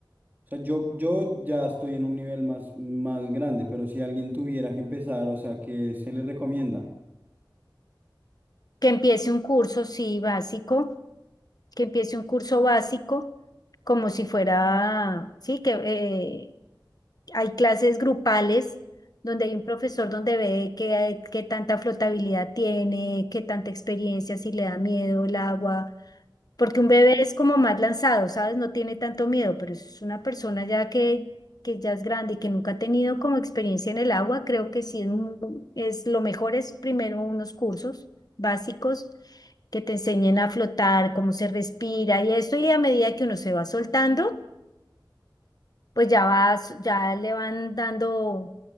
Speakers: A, on the right; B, on the left.
A: o sea, yo, yo ya estoy en un nivel más, más grande, pero si alguien tuviera que empezar, o sea, ¿qué se le recomienda?
B: que empiece un curso, sí, básico, que empiece un curso básico, como si fuera, sí, que eh, hay clases grupales donde hay un profesor donde ve qué, qué tanta flotabilidad tiene, qué tanta experiencia, si le da miedo el agua Porque un bebé es como más lanzado, ¿sabes? No tiene tanto miedo, pero es una persona ya que, que ya es grande y que nunca ha tenido como experiencia en el agua, creo que sí es, mu- es lo mejor es primero unos cursos básicos que te enseñen a flotar, cómo se respira y esto, y a medida que uno se va soltando, pues ya vas, ya le van dando